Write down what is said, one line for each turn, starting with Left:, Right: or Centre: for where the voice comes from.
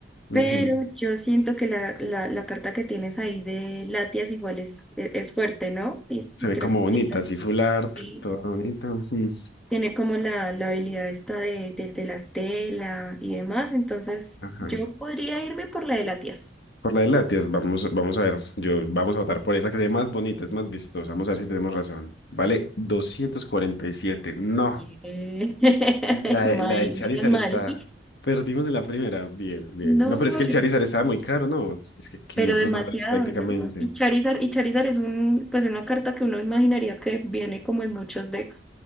Left: Ujú.
Centre: pero yo siento que la, la, la carta que tienes ahí de Latias igual es, e- es, fuerte, ¿no? Y
Left: Se ve
Centre: creo
Left: como bonita,
Centre: que
Left: así full art,
Centre: tiene
Left: toda bonita. Ujú.
Centre: tiene como la, la habilidad esta de, de, de la estela y demás, entonces
Left: Ajá.
Centre: yo podría irme por la de Latias.
Left: Por la de latias vamos, vamos a ver. Yo, vamos a votar por esa que se ve más bonita, es más vistosa. Vamos a ver si tenemos razón. Vale, doscientos cuarenta y siete No.
Centre: Bien. <laughs>
Left: La,
Centre: Mal,
Left: de- la de Charizard
Centre: bien mal.
Left: está. Perdimos en la primera. Bien, bien.
Centre: No,
Left: No, pero es
Centre: vale,
Left: que el Charizard estaba muy caro, ¿no? Es que 500
Centre: pero demasiado,
Left: dólares prácticamente.
Centre: ¿no? Y Charizard, y Charizard es un, pues una carta que uno imaginaría que viene como en muchos decks.